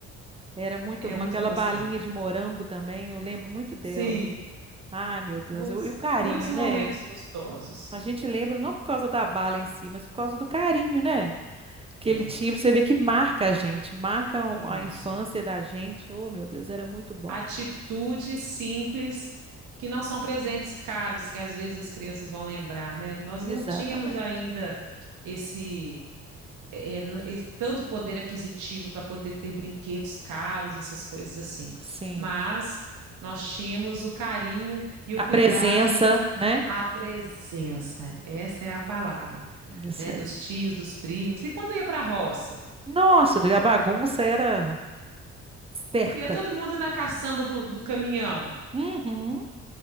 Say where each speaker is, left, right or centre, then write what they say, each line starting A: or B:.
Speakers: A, on the right; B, on the right.
A: era muito
B: É
A: bom.
B: muito
A: Aquela
B: gostoso.
A: balinha de morango também, eu lembro muito dela.
B: Sim.
A: Ai, meu Deus,
B: Muitos,
A: eu- e o carinho,
B: muitos momentos
A: né?
B: gostosos.
A: A gente lembra não por causa da bala em si, mas por causa do carinho, né? Que
B: É,
A: ele tinha, pra você ver que marca a gente, marca o-
B: isso.
A: a infância da gente. Oh, meu Deus, era muito bom.
B: Atitudes simples que não são presentes caros, que às vezes as crianças vão lembrar, né? Nós
A: Exatamente.
B: não tínhamos ainda esse, é, é, n- esse tanto poder aquisitivo para poder ter brinquedos caros, essas coisas assim.
A: Sim.
B: Mas nós tínhamos o carinho e o
A: A
B: cuidado,
A: presença, né?
B: a presença, essa é a palavra,
A: Isso
B: né?
A: aí.
B: Dos tios, dos primos, e quando ia para a roça,
A: Nossa, a bagunça era certa.
B: Ia todo mundo na caçamba do, do caminhão,
A: Uhum.